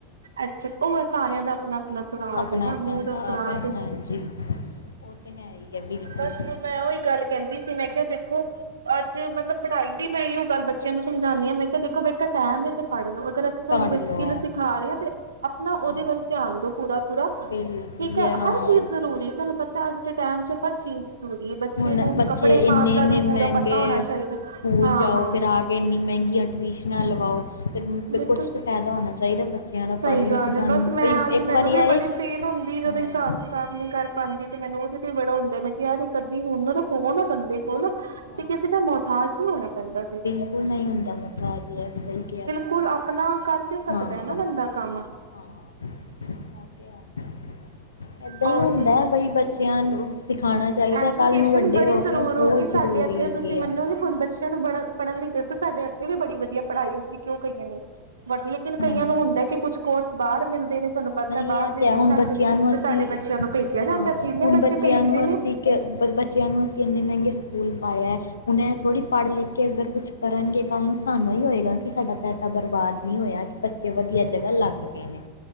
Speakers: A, on the right; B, on the left.
A: ਅੱਛਾ, ਉਹ ਸਾਰਿਆਂ ਦਾ ਆਪਣਾ-ਆਪਣਾ ਸਵਾਦ
B: ਆਪਣਾ
A: ਹੈ ਨਾ,
B: ਆਪਣਾ
A: ਮੂੰਹ
B: ਹਿਸਾਬ
A: ਦਾ ਸਵਾਦ
B: ਹੈ ਹਾਂਜੀ ਉਹ ਤੇ ਹੈ ਹੀ। ਹੈ ਬਿਲਕੁਲ
A: ਬਸ
B: ਜੀ
A: ਮੈਂ ਉਹੀ ਗੱਲ ਕਹਿੰਦੀ ਸੀ। ਮੈਂ ਕਿਹਾ ਦੇੇਖੋ ਅੱਜ ਚ ਮਤਲਬ ਪੜ੍ਹਾਈ ਦੀ ਮੈਂ ਇਹੋ ਗੱਲ ਬੱਚਿਆਂ ਨੂੰ ਸਮਝਾਉਂਦੀ ਹਾਂ, ਮੈਂ ਕਿਹਾ ਦੇਖੋ ਬੇਟਾ ਟਾਈਮ ਏ ਤੇ ਪਾੜ ਲਓ। ਅਗਰ ਅਸੀਂ ਤੁਹਾਨੂੰ
B: ਪਾੜ
A: ਕੋਈ
B: ਲਓ
A: ਸਕਿੱਲ ਸਿਖਾ ਰਹੇ ਹਾਂ, ਤੇ ਆਪਣਾ ਉਹਦੇ
B: ਹਾਂ
A: ਵੱਲ ਧਿਆਨ ਦੋ ਪੂਰਾ-ਪੂਰਾ
B: ਬਿਲਕੁਲ
A: ਠੀਕ
B: ਜੀ
A: ਹੈ।
B: ਹਾਂ
A: ਹਰ ਚੀਜ਼ ਜ਼ਰੂਰੀ ਹੈ ਤੁਹਾਨੂੰ ਪਤਾ ਅਜ ਦੇ ਟਾਈਮ ਚ ਬੱਚੇ
B: ਹੁਣ
A: ਨੂੰ
B: ਬੱਚੇ
A: ਕੱਪੜੇ
B: ਇੰਨੇ-ਇੰਨੇ
A: ਪਾਉਣ ਦਾ ਵੀ ਪੂਰਾ
B: ਮਹਿੰਗੇ
A: ਪਤਾ ਹੋਣਾ ਚਾਹੀਦਾ
B: ਸਕੂਲ
A: ਹਾਂ
B: ਜਾਓ,
A: ਹਾਂ
B: ਫਿਰ ਆ ਕੇ ਇੰਨੀ ਮਹਿੰਗੀ ਟੂਇਸ਼ਨ ਨਾ ਲਵਾਓ। ਫਿਰ
A: ਬਿਲਕੁਲ
B: ਕੁਛ ਤਾਂ ਫਾਇਦਾ ਹੋਣਾ ਚਾਹੀਦਾ ਬੱਚਿਆਂ ਦਾ
A: ਸਹੀ
B: ਪੜ੍ਹ ਲਿਖ
A: ਗੱਲ
B: ਜਾਣ
A: ਹੈ ਬਸ ਮੈਂ
B: ਬਈ
A: ਅੱਜ
B: ਇੱਕ
A: ਮੈਨੂੰ
B: ਵਾਰੀ
A: ਵੀ
B: ਆਏ
A: ਬੜੀ ਫੀਲ ਹੁੰਦੀ ਜਦੋਂ
B: ਹਾਂ
A: ਹਿਸਾਬ ਕਿਤਾਬ ਨੀ ਕਰ ਪਾਦੀ ਤੇ ਮੈਨੂੰ ਉਹਦੇ ਤੇ ਬੜਾ ਹੁੰਦਾ। ਮੈਂ ਕਿਹਾ ਨੀ ਕਦੀ ਹੁਣ ਹੁਨਰ ਹੋ ਨਾ ਬੰਦੇ ਕੋਲ ਤੇ
B: ਹਾਂ
A: ਕਿਸੇ ਦਾ ਮੋਹਥਾਜ ਨਹੀਂ ਹੋਣਾ ਪੈਂਦਾ ਫਿਰ
B: ਬਿਲਕੁਲ ਨਹੀਂ ਹੁੰਦਾ ਮੁਹਤਾਜ ਇਹ ਸਹੀ ਕਿਹਾ ਤੁਸੀਂ।
A: ਕੋਲ ਆਪਣਾ ਕਰ ਤੇ ਸਕਦਾ
B: ਹਾਂ
A: ਹੈ ਨਾ ਬੰਦਾ ਕੰਮ।
B: ਹਾਂ ਇਹ ਤੇ ਹੈ ਏਦਾਂ
A: ਹੋਰ
B: ਹੀ ਹੁੰਦਾ
A: ਤੁਸ
B: ਬਈ ਬੱਚ ਬੱਚਿਆਂ ਨੂੰ ਸਿਖਾਣਾ ਚਾਹੀਦਾ,
A: ਐਜੂਕੇਸ਼ਨ
B: ਕੱਲ੍ਹ ਨੂੰ ਵੱਡੇ
A: ਬੜੀ
B: ਹੋ
A: ਜ਼ਰੂਰ
B: ਕੇ ਬਹੁਤ
A: ਹੋ ਗਈ ਸਾਡੇ
B: ਜ਼ਰੂਰੀ
A: ਇੱਥੇ
B: ਹੈਗੇ
A: ਤੁਸੀਂ ਮੰਨੋਗੇ
B: ਐ।
A: ਹੁਣ ਬੱਚਿਆਂ ਨੂੰ ਬੜਾ ਪੜ੍ਹਨ ਲਈ ਜੈਸੇ ਸਾਡੇ ਇਥੇ ਵੀ ਬੜੀ ਵਧੀਆ ਪੜ੍ਹਾਈ ਐ, ਅਸੀਂ ਕਿਉਂ ਕਹੀਏ ਨੇ। ਵੱਧ, ਲੇਕਿਨ ਕਈਆਂ
B: ਹਾਂ
A: ਨੂੰ ਹੁੰਦਾ ਕਿ ਕੁਛ ਕੋਰਸ ਬਾਹਰ ਮਿਲ ਤੁਹਾਨੂੰ ਪਤਾ
B: ਨਹੀਂ
A: ਬਾਹਰ
B: ਹੈ
A: ਦੇ
B: ਤੇ
A: ਦੇਸ਼ਾਂ
B: ਹੁਣ ਬੱਚਿਆਂ
A: ਚ,
B: ਨੂੰ
A: ਤੇ
B: ਅਸੀਂ
A: ਸਾਡੇ ਬੱਚਿਆਂ ਨੂੰ ਭੇਜਿਆ ਜਾਂਦਾ
B: ਹਾਂ
A: ਥੇ ਏਨੇ
B: ਹੁਣ
A: ਬੱਚੇ
B: ਬੱਚਿਆਂ
A: ਭੇਜਦੇ
B: ਨੂੰ
A: ਨੇ
B: ਅਸੀਂ ਕਿ, ਬ ਬੱਚਿਆਂ ਨੂੰ ਅਸੀਂ ਐਨੇ ਮਹਿੰਗੇ ਸਕੂਲ ਪਾਇਆ। ਹੁਣ ਏਹ ਥੋੜ੍ਹੀ ਪੜ ਲਿਖ ਕੇ ਅਗਰ ਕੁੱਝ ਕਰਨ ਗੇ, ਕੱਲ ਨੂੰ ਸਾਨੂੰ ਹੋਏਗਾ ਕਿ ਸਾਡਾ ਪੈਸਾ ਬਰਬਾਦ ਨਹੀਂ ਹੋਇਆ, ਕਿ ਬੱਚੇ ਤੇ ਵਧੀਆ ਜਗ੍ਹਾ ਲੱਗ ਗਏ ਨੇ।